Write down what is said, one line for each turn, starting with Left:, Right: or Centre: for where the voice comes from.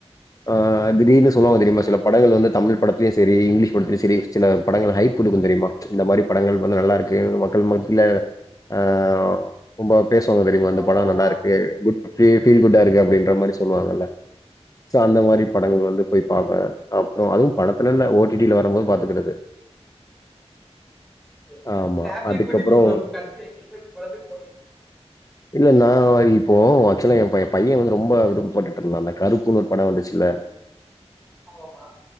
Left: ஆ திடிர்னு
Centre: சரி.
Left: சொல்வாங்க தெரியுமா சில படங்கள் வந்து தமிழ் படத்துலயு சரி இங்கிலீஷ் படத்துலயு சரி சில படங்கள் ஹைப் குடுக்கு தெரியுமா இந்த மாரி படங்கள் கொஞ்சொ நல்லாருக்கு மக்கள் மத்தில ஆ ரொம்ப பேசுவாங்க தெரியுமா
Centre: நல்லா
Left: இந்த படோ
Centre: ஆமா.
Left: நல்லாருக்கு குட் ஃபீ ஃபீல் குட்டா
Centre: ஆமா.
Left: இருக்கு அப்டின்ற மாரி சொல்லுவாங்கல சோ அந்த
Centre: ஆமா.
Left: மாரி படங்கள் வந்து போய் பாப்பே அப்றோ அதுவு படத்துலல்ல ஓ டி டி ல வரும்போது பாத்துக்குறது
Centre: செரி
Left: ஆமா
Centre: ஃபேமிலிய
Left: அதுக்கப்றோ
Centre: கூட்டிட்டு போ கடைசியா <unintelligible> படத்துக்கு போனீங்
Left: இல்ல நா இப்போ ஆக்சுவலா எ பைய பைய வந்து ரொம்ப விருப்பட்டுட்டுருந்தா அந்த கருப்புன்னு ஒரு படொ வந்துச்சுல்ல
Centre: ஆமாமா